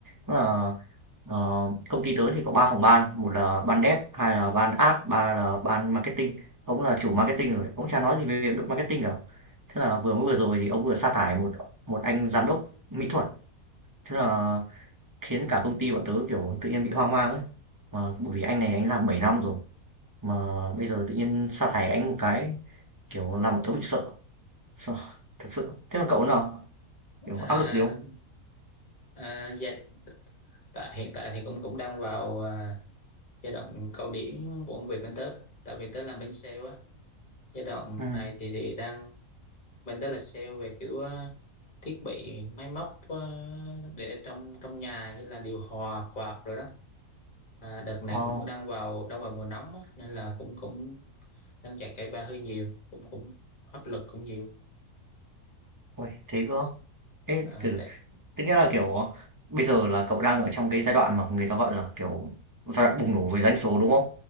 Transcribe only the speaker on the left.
À,
à, dạ, tại hiện tại thì cũng cũng đang vào à, giai đoạn cao điểm của công việc bên tớ. Tại vì tớ làm bên sale á. Giai đoạn
này thì thì đang bên tớ là sale về kiểu ờ, thiết bị máy móc ờ, để trong trong nhà như là điều hòa quạt rồi đó. à, đợt này
cũng đang vào đang vào mùa nóng á, nên là cũng cũng đang chạy cây ba hơi nhiều cũng cũng áp lực cũng nhiều
à,
tại